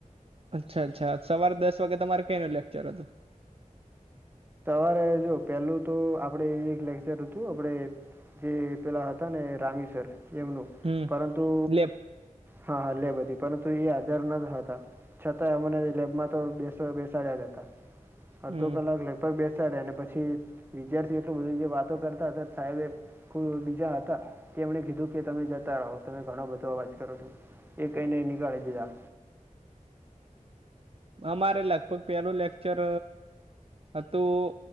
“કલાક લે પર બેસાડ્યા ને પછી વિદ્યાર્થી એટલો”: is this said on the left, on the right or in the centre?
Right